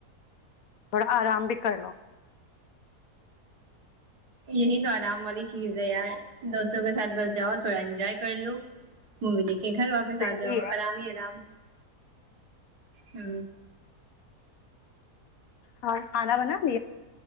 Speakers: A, on the left; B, on the right.
A: تھوڑا آرام بھی کر لو
B: یہی تو آرام والی چیز ہے یار دوستوں کے ساتھ بس جاؤ تھوڑا انجوائے کر لو ممی دیکھے گھر واپس
A: صحیح
B: آ جاؤ
A: ہے
B: آرام ہی آرام ہ
A: ہاں کھانا بنا م